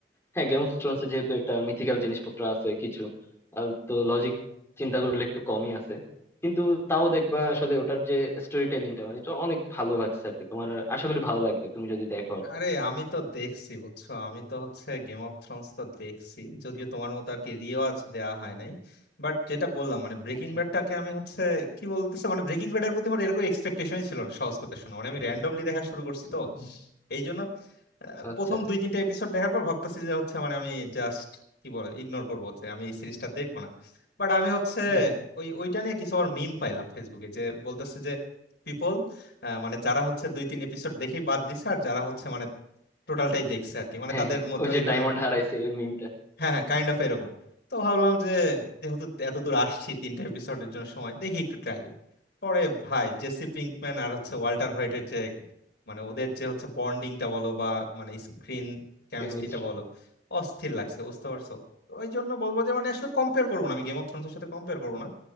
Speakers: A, on the left; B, on the left.
A: হ্যাঁ গেম অফ থ্রোনস যেহেতু একটা মিথিক্যাল জিনিসপত্র আছে কিছু আহ, তো লজিক চিন্তা করলে একটু কমই আছে কিন্তু তাও দেখবা আসলে ওটার যে স্টোরি টেলিংটা মানে এটা অনেক ভালো লাগছে আর কি তোমার আশা করি ভালো লাগবে তুমি যদি দেখো আর কি
B: আরে আমি তো দেখছি বুঝছো আমি তো হচ্ছে গেম অফ থ্রোনস তো দেখছি
A: হুম,
B: যদিও তোমার মতো আর কি রিওয়াজ দেওয়া হয় নাই বাট যেটা বললাম মানে ব্রেকিং
A: আচ্ছা
B: ব্যাডটাকে আমি হচ্ছে কি বলতেছে মানে ব্রেকিং ব্যাডের প্রতি আমার এরকম এক্সপেকটেশনই ছিল না সহজ কথা শোনো মানে আমি র্যান্ডমলি দেখা শুরু করছি তো
A: হুম,
B: এই জন্য আহ,
A: আচ্ছা
B: প্রথম দুই তিনটা এপিসোড দেখার পর ভাবতেছি যে হচ্ছে মানে আমি জাস্ট কি বলে ইগনোর করবো যে আমি এই সিরিজটা দেখবো না বাট আমি হচ্ছে
A: হুম হুম
B: ওই ওইটা নিয়ে কিছু আমার মিম পাইলাম ফেসবুকে যে বলতেছে যে পিপল মানে যারা হচ্ছে দুই তিন এপিসোড দেখেই বাদ দিছে আর যারা হচ্ছে মানে টোটালটাই দেখছে আর কি মানে
A: হ্যাঁ
B: তাদের
A: হ্যাঁ
B: মধ্যে
A: ওই যে
B: ওই ধরনের
A: ডায়মন্ড হারাইছে ওই মিমটা
B: হ্যাঁ হ্যাঁ কাইন্ড অফ এরকম তো ভাবলাম যে যেহেতু এত দূর আসছি তিনটা এপিসোডের জন্য সময় দেখি একটু ট্রাই দিই পরে ভাই জেসি পিঙ্কম্যান আর হচ্ছে ওয়াল্টার হোয়াইটের যে মানে ওদের যে হচ্ছে বন্ডিংটা বলো বা মানে স্ক্রিন কেমিস্ট্রিটা
A: কেমিস্ট্রি
B: বলো অস্থির লাগছে বুঝতে পারছো তো ওই জন্য বলবো যে মানে আসলে কম্পেয়ার করবো না আমি গেম অফ থ্রোনস এর সাথে কম্পেয়ার করবো না